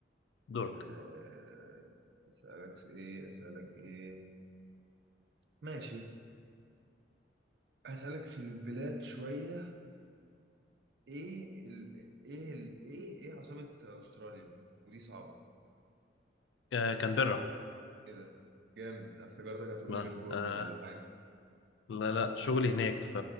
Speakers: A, on the left; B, on the right.
A: دورك
B: آه أسألك س- إيه أسألك إيه ماشي هسألك في البلاد شوية ايه ال... ايه ال... ايه ايه عاصمة استراليا ودي صعبة
A: آه كانبرا
B: ايه ده جامد افتكرتك هتقول
A: ما
B: ملبورن
A: آه
B: ولا حاجة
A: لا لا شغلي هناك ف